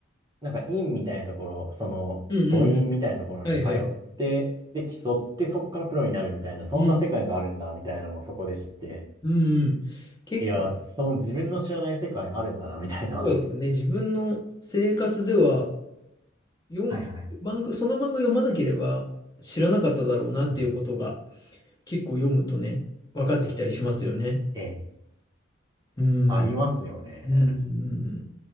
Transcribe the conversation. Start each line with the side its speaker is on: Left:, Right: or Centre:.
Right: なんか院みたいなところ、その、
Left: うんうん。
Right: 五院みたいなところに通って、
Left: はいはい。
Right: で、競って、そっからプロになるみたいな、そんな世界があるんだ、
Left: うん。
Right: みたいなのをそこで知って、
Left: うんうん。結構
Right: いや、その自分の知らない世界あるんだな、みたいな。
Left: そうですよね。
Right: <laughs>
Left: 自分の生活では、読む漫画、
Right: はいはい。
Left: その漫画読まなければ知らなかっただろうなっていうことが
Right: うん。
Left: 結構読むとね、分かってきたりしますよね。
Right: ええ、
Left: うん。
Right: ありますよね。
Left: うんうんうんうん。